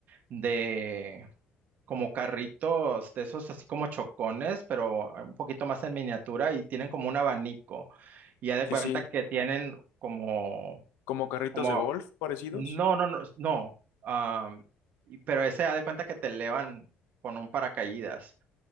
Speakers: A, on the right; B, on the left.
A: de, como carritos de esos así como chocones, pero eh, un poquito más en miniatura y tienen como un abanico y ya de
B: Sí,
A: cuenta
B: sí,
A: que tienen como,
B: como carritos
A: como,
B: de golf parecidos.
A: no, no, no, no, am, y- pero ese ha de cuenta que te elevan con un paracaídas.